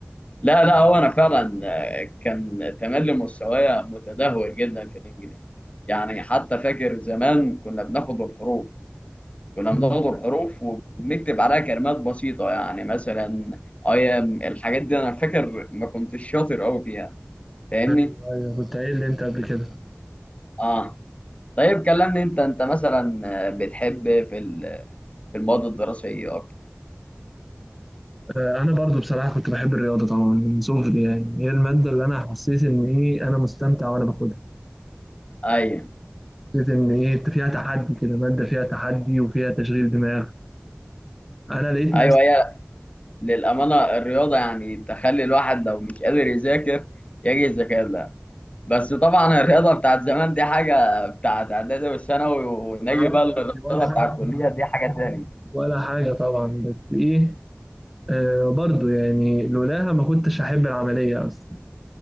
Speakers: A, on the left; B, in the centre.
A: لا لا هو انا فعلا آه، كان تملي مستوايا متدهور جدا في الانجليزي يعني حتى فاكر زمان كنا بناخد الحروف كنا
B: امم.
A: بناخد الحروف وبنكتب عليها كلمات بسيطة يعني مثلا ايام الحاجات دي انا فاكر ما كنتش شاطر قوي فيها فاهمني
B: ايوه أيوة، كنت قايل لي انت قبل كده
A: اه طيب كلمني انت انت مثلا آه، بتحب في ال- في المواد الدراسية اكتر
B: آه، انا برضو بصراحه كنت بحب الرياضه طبعا من صغري يعني هي الماده اللي انا حسيت ان ايه انا مستمتع وانا باخدها
A: ايوه
B: حسيت ان ايه انت فيها تحدي كده ماده فيها تحدي وفيها تشغيل دماغ انا لقيت نفسي
A: ايوه للأمانة الرياضة يعني تخلي الواحد لو مش قادر يذاكر يجي يذاكر لها بس طبعا الرياضة بتاعت زمان دي حاجة بتاعت إعدادي والثانوي ونجي
B: اه
A: بقى للرياضة
B: دي ولا حاجه
A: بتاعت الكلية دي حاجة تاني
B: ولا حاجه طبعا بس ايه آه برضو يعني لولاها ما كنتش هحب العمليه اصلا